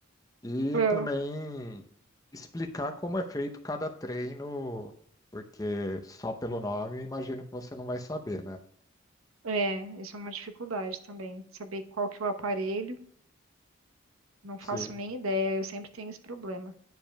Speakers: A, on the left; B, on the right.
A: E
B: Ah,
A: também explicar como é feito cada treino, porque só pelo nome imagino que você não vai saber, né?
B: É, isso é uma dificuldade também, saber qual que é o aparelho, não faço
A: Sim.
B: nem ideia, eu sempre tenho esse problema.